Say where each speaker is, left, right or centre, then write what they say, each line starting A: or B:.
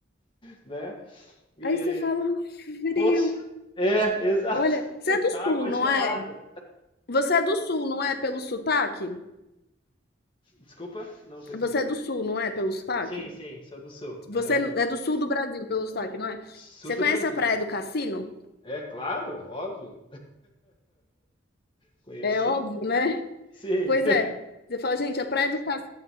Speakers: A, on the left; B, on the left.
A: né? E,
B: aí você fala: "Frio".
A: poxa, é, exato.
B: Olha, você
A: <laughs>
B: é do
A: Água
B: sul,
A: gelada.
B: não é? Você é do sul, não é, pelo sotaque?
A: Desculpa, não percebi.
B: Você é do sul, não é, pelo sotaque?
A: Sim, sim, sou do sul.
B: Você
A: Aham.
B: é do sul do Brasil pelo sotaque, não é?
A: Sul
B: Você
A: do
B: conhece
A: Brasil.
B: a Praia do Cassino?
A: É, claro, óbvio. Conheço
B: É
A: sim.
B: óbvio, né?
A: Sim.
B: Pois é. Você fala: "Gente, a Praia do Cas